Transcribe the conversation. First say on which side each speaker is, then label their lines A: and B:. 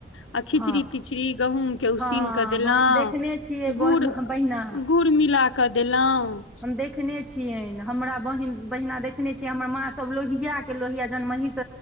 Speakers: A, on the left (about 80°); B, in the centre.
A: आ खिचड़ी
B: हँ
A: तिचड़ी गहूंम के उसीन
B: हँ
A: के देलो
B: हम देखने छियै
A: गुड़
B: बहिना
A: गुड़ की मिला कऽ देलहुँं
B: हम देखने छियैना हमरा बहिन बहिना देखने छियै हमर माँ सब लोहियाके लोहिया जनमहीसँ